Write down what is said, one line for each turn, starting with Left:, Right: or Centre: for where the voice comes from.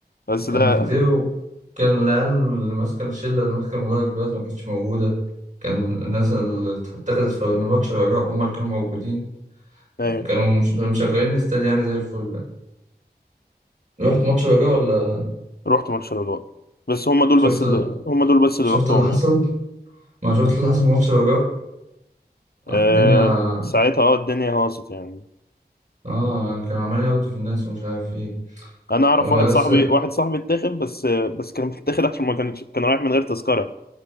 Left: بس
Right: كان
Left: ده
Right: كتير وكان العيال اللي ماسكه الشله اللي ماسكه المدرج دلوقتي ما كانتش موجوده كان الناس اللي اتخذت في الماتش الرجاء هم اللي كانوا موجودين
Left: ايوه
Right: كانوا مش- مشغلين الاستاد يعني زي الفل رحت ماتش الرجاء ولا
Left: رحت ماتش الرجاء بس هم دول
Right: شفت
Left: بس اللي
Right: ال...
Left: هم دول بس اللي
Right: شفت
Left: رحتهم
Right: اللي حصل
Left: يعني
Right: ما شفت اللي حصل في ماتش الرجاء
Left: آه
Right: الدنيا
Left: ساعتها اه الدنيا هاصت يعني
Right: اه كانوا عمالين ياخدوا في الناس ومش عارف ايه
Left: انا اعرف
Right: بس
Left: واحد صاحبي واحد صاحبي اتاخد بس بس كان <laughs> متاخد عشان ما كانش كان رايح من غير تذكره